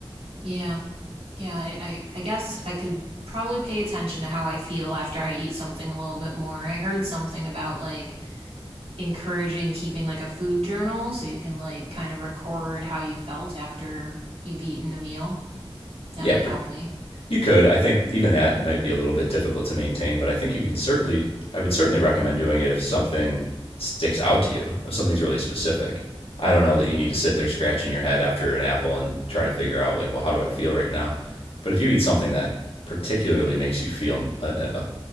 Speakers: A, on the right; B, on the left.
A: Yeah. Yeah. I, I, I guess I could probably pay attention to how I feel after I eat something a little bit more. I heard something about like encouraging keeping like a food journal so you can like kind of record how you felt after you've eaten a meal. That
B: yeah,
A: might
B: pr-
A: help me.
B: You could. I think even that might be a little bit difficult to maintain, but I think you can certainly, I would certainly recommend doing it if something sticks out to you, if something's really specific. I don't know that you need to sit there scratching your head after an apple and try to figure out, like, well, how do I feel right now? But if you eat something that particularly makes you feel a, a